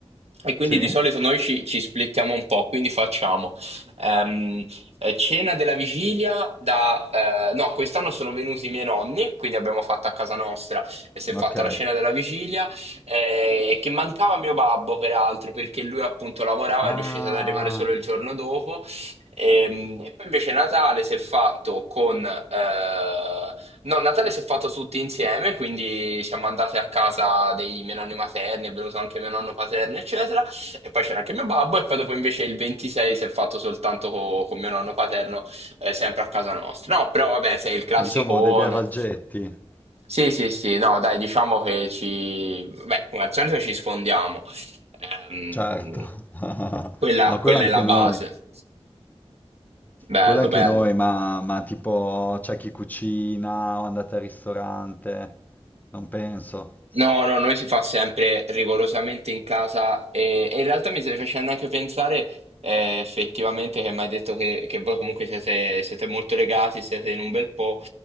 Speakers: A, on the right; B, on the left.
A: e quindi
B: sì?
A: di solito noi ci, ci splittiamo un po', quindi facciamo. Ehm, eh, cena della vigilia da... eh, no, quest'anno sono venuti i miei nonni, quindi abbiamo fatto a casa nostra e si è fatta
B: Ok.
A: la cena della vigilia, eh, che mancava mio babbo peraltro, perché lui appunto lavorava
B: Ah,
A: e è riuscito ad arrivare solo il giorno dopo. Ehm, E, poi invece Natale si è fatto con... eh, No, Natale si è fatto tutti insieme, quindi siamo andati a casa dei miei nonni materni, è venuto anche mio nonno paterno, eccetera. E poi c'era anche mio babbo, e poi dopo invece il 26 si è fatto soltanto co- con mio nonno paterno, eh, sempre a casa nostra. No, però vabbè, sei il classicone.
B: eh, diciamo dei bei vaggetti,
A: Sì, sì, sì, no, dai, diciamo che ci... Beh, come al solito ci sfondiamo. Ehm,
B: certo. <laughs>
A: quella,
B: Ma quello
A: quella
B: anche
A: è la base.
B: noi.
A: Bello,
B: Quello anche
A: bello.
B: noi, ma, ma tipo c'è chi cucina o andate al ristorante? Non penso.
A: No, no, noi si fa sempre rigorosamente in casa e, e in realtà mi stai facendo anche pensare eh, effettivamente che mi hai detto che, che voi comunque siete, siete molto legati, siete in un bel po',